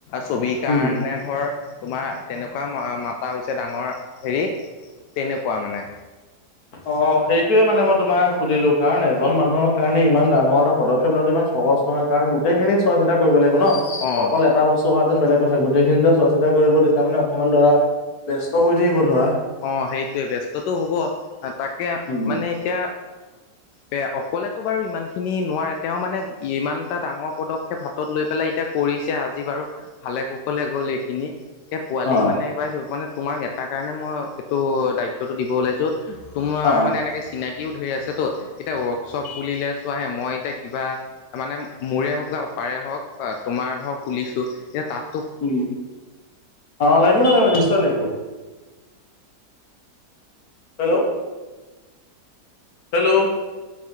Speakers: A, on the left; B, on the left.
A: ছবিৰ কাৰণে
B: উম।
A: ধৰ তোমাৰ তেনেকুৱা মাতা হৈছে ডাঙৰ হেৰি তেনেকুৱা মানে।
B: অহ, সেইটোয়ে মানে মই তোমাক সুধিলো কাৰণ এজন মানুহৰ কাৰণে ইমান ডাঙৰ এটা পদক্ষেপ লোৱাটো ইমান সহজ নহয় কাৰণ গোটেই খিনিত চোৱা চিতা কৰিব লাগিব ন
A: অ
B: অকল এটা বস্তু অহাতেন বেলেগ। কথা গোটেই খিনি যে চোৱা চিতা কৰিব তেতিয়া মানে অকনমান ধৰা ব্স্ত হৈ থাকিব ধৰা।
A: অ সেইটোৱে ব্যস্ততটো হ'ব তাকে
B: উম
A: মানে এতিয়া। বে অকলেতো বাৰু ইমান খিনি নোৱাৰে তেওঁ মানে ইমান এটা ডাঙৰ পদক্ষেপ হাতত লৈ পেলাই এতিয়া। কৰিছে আজি বাৰু ভালে কুশলে গ'ল এইখিনি তাকে পোৱালি
B: অ
A: মানে পাইছো মানে তোমাক নেতাৰ কাৰণে মই এইটো দায়িত্বটো দিব ওলাইছো। তোমাৰ
B: অ
A: মানে এনেকে চিনাকিও ধেৰ আছে তো এতিয়া ৱৰ্কশ্বপ বুলিলে চোৱাহে মই। এতিয়া কিবা মানে মোৰে হওক বা পাপাৰে হওক তোমাৰ ধৰক খুলিছো এতিয়া তাত।
B: উ অ লাগিব লাগিব নিশ্চয় লাগিব। হেল্ল'। হেল্ল'।